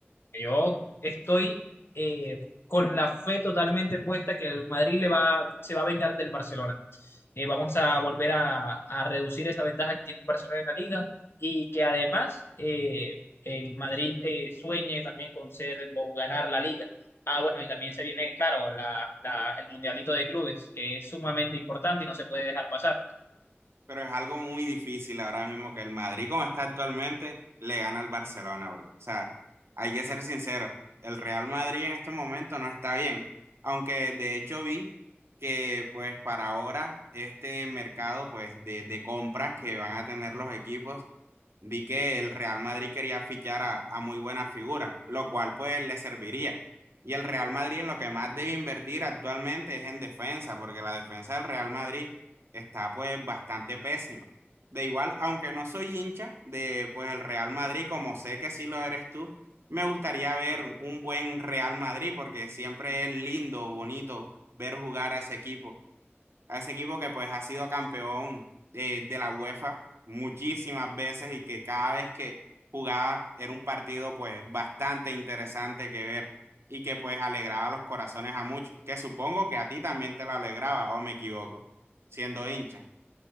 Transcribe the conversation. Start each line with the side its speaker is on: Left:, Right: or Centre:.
Left: Yo estoy eh, con la fe totalmente puesta que el Madrid le va, se va a vengar del Barcelona eh, vamos a volver a, a, reducir esa ventaja que tiene el Barcelona en la liga y que además eh, el Madrid eh, sueñe también con ser o ganar la liga. Ah, bueno, y también se viene, claro, la, la, el mundialito de clubes, que es sumamente importante y no se puede dejar pasar.
Right: Pero es algo muy difícil ahora mismo que el Madrid, como está actualmente, le gana al Barcelona. Porque, o sea, hay que ser sincero, el Real Madrid en este momento no está bien. Aunque de hecho vi que pues para ahora este mercado pues de, de compras que van a tener los equipos, vi que el Real Madrid quería fichar a, a muy buenas figuras, lo cual pues le serviría. Y el Real Madrid en lo que más debe invertir actualmente es en defensa, porque la defensa del Real Madrid está pues bastante pésima. De igual, aunque no soy hincha de pues el Real Madrid, como sé que sí lo eres tú, me gustaría ver un buen Real Madrid porque siempre es lindo, bonito ver jugar a ese equipo, a ese equipo que pues ha sido campeón eh, de la UEFA muchísimas veces y que cada vez que jugaba era un partido pues bastante interesante que ver y que pues alegraba los corazones a muchos, que supongo que a ti también te lo alegraba o me equivoco, siendo hincha.